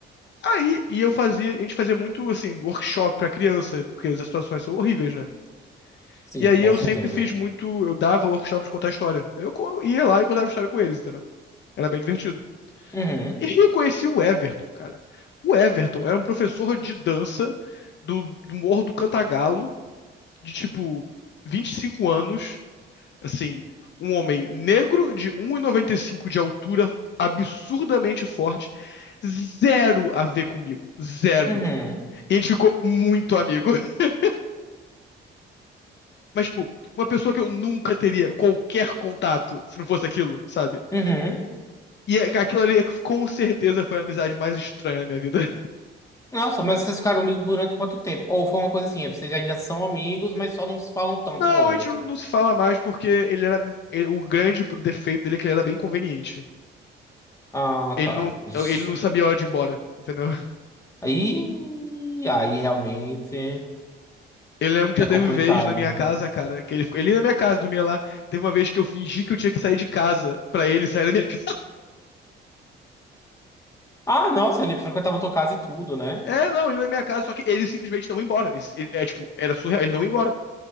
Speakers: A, on the left; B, on the left.
A: Aí, e eu fazia, a gente fazia muito, assim, workshop pra criança, porque as situações são horríveis, né?
B: Sim,
A: E aí
B: com
A: eu
B: certeza.
A: sempre fiz muito, eu dava workshop de contar história. Eu co- ia lá e contava história com eles, entendeu? Era bem divertido.
B: Uhum.
A: E aí eu conheci o Everton, cara. O Everton era um professor de dança do, do Morro do Cantagalo, de tipo 25 anos, assim, um homem negro de 1,95 de altura, absurdamente forte, zero a ver comigo, zero.
B: Uhum.
A: E a gente ficou muito amigo. <laughs> Mas, tipo, uma pessoa que eu nunca teria qualquer contato se não fosse aquilo, sabe?
B: Uhum.
A: E é- cara, aquilo ali é que com certeza foi a amizade mais estranha da minha vida. <laughs>
B: Nossa, mas vocês ficaram amigos durante quanto tempo? Ou foi uma coisa assim, vocês ainda são amigos, mas só não se falam tanto
A: Não,
B: hoje.
A: a gente não não se fala mais porque ele era. ele- o grande defeito dele é que ele era bem conveniente.
B: Ah,
A: Ele
B: tá.
A: não,
B: Ixi.
A: ele não sabia a hora de ir embora, entendeu?
B: Aí, aí realmente
A: Eu lembro que
B: é
A: já teve
B: complicado.
A: vez na minha casa, cara, que ele ficou. Ele ia na minha casa, dormia lá. Teve uma vez que eu fingi que eu tinha que sair de casa pra ele sair da minha <laughs> casa.
B: Ah, nossa, ele frequentava tua casa e tudo, né?
A: É, não, ele ia na minha casa, só que ele simplesmente não ia embora. Ele- é tipo, era surreal, ele não ia embora.